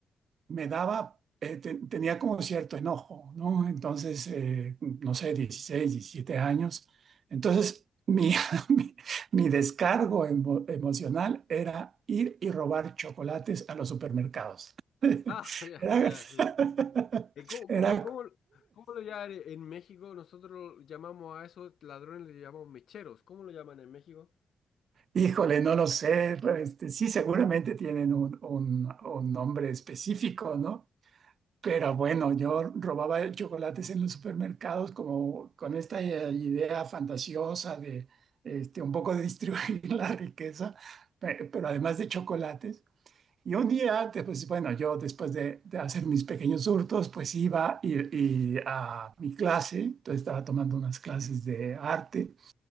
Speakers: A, on the right (about 55°); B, on the left (about 60°).
A: me daba, eh, te- tenía como cierto enojo, ¿no? Entonces, eh, no sé, 16 17 años. Entonces, mi, <laughs> mi, mi descargo emo- emocional era ir y robar chocolates a los supermercados.
B: Ah, <laughs> ya,
A: Era,
B: ya, sí.
A: <laughs>
B: Eh, ¿Cómo, cómo,
A: era,
B: cómo, cómo lo llaman en en México? Nosotros llamamos a esos ladrones, le llamamos mecheros. ¿Cómo lo llaman en México?
A: híjole, no lo sé, este, sí, seguramente tienen un, un, un nombre específico, ¿no? Pero bueno, yo robaba chocolates en los supermercados como con esta idea fantasiosa de este, un poco de distribuir <laughs> la riqueza, pe- pero además de chocolates. Y un día, te- pues bueno, yo después de, de hacer mis pequeños hurtos, pues iba y, y a mi clase, entonces estaba tomando unas clases de arte